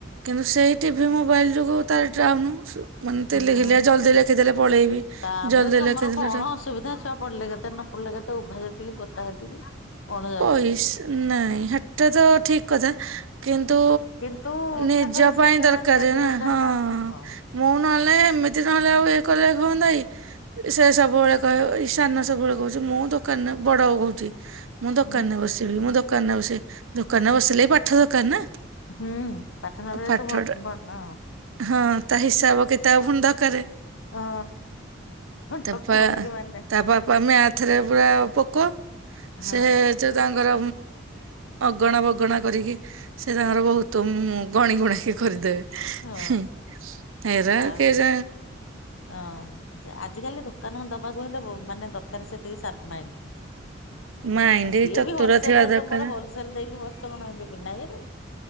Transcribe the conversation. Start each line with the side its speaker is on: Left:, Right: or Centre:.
Right: କିନ୍ତୁ ସେଇ ଟିଭି ମୋ ବାଇଲ ଯୁଗୁ ତାର ଡାଉନୁ ଆଶୁ ର। ମାନେ
Left: ହଁ
Right: ତିଲିଘିଲିଆ ଜଲ୍ଦି ଲେଖିଦେଲେ ପଳେଇବି
Left: ତାପରେ
Right: ଜଲ୍ଦି
Left: ତମର
Right: ଲେଖିଦେଲେ
Left: କଣ
Right: ଟା
Left: ଅସୁବିଧା ଛୁଆ ପଢ଼ିଲେ କେତେ ନ ପଢ଼ିଲେ କେତେ ଉଭା ଯେତିକି ପୋତା ହେତିକି। କଣ ଯାଉଛି
Right: ପଇସ ନାଇଁ ହାଟ ତ ଠିକ କଥା। କିନ୍ତୁ
Left: କିନ୍ତୁ
Right: ନିଜ
Left: ଛୁଆଙ୍କର ଶିକ୍ଷା
Right: ପାଇଁ ଦରକାର
Left: ଟା ନିହାତି
Right: ନା ହଁ।
Left: ହଁ।
Right: ମୁଁ ନହେଲେ ଏମିତି ନହେଲେ ଆଉ ଇଏ କଲେ ହୁଅ ନାଇ ସେ ସବୁବେଳେ କହ ଏଇ ସାନ ସବୁବେଳେ କହୁଛି ମୁଁ ଦୋକାନ ରେ ବଡଉ କହୁଛି ମୁଁ ଦୋକାନ
Left: ହୁଁ
Right: ରେ ବସିବି ମୁଁ ଦାନ ଦୋକାନ ବ ସେ ଦୋକାନ ବସିଲ ବି ପାଠ ଦୋକ ନା
Left: ହୁଁ ପାଠନ ବେଳେ
Right: ପାଠ
Left: ସବୁ ବଣ
Right: ହଁ ତା ହିସାବ କିତା ଆ ପୁଣି ଦରକାର।
Left: ହଁ।
Right: ତାପ
Left: ଠକିବନି ଟିକେ ମାନେ
Right: ତା ପାପ ଆମେ ଆଥରେ ପୁରା ପୋକ।
Left: ହଁ
Right: ସେ ତାଙ୍କର ଅଗଣା ବଗଣା କରିକି ସେ ତାଙ୍କର ବହୁତ ଗଣି ଗୁଣାକି କରିଦେବେ
Left: ହଁ
Right: ଏରା
Left: ଆଉ
Right: କେ ଯ
Left: ହଁ ଆଜିକାଲି ଦୋକାନ କ ଦବାକୁ ହେଲେ ମାନେ ଦରକାର ସେତିକି ସପ ମାଇ ହ
Right: ମାଇଣ୍ଡ
Left: ସିଏ
Right: ଚତୁର
Left: ବି ହୋଲସେଲର
Right: ଥିବା ଦରକାର।
Left: ତମର ହୋଲସେଲ ଦେଇକି ବସିଛ କଣ ଏମିତି ବିନା ଇଏରେ।